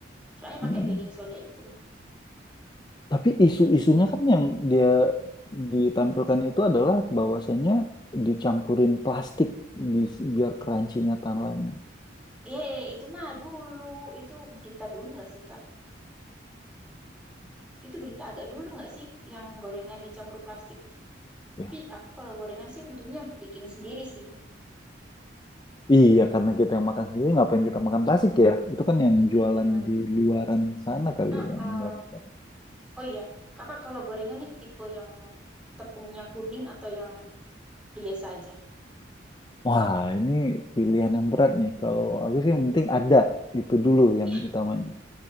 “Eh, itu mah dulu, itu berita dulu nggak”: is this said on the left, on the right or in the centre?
Centre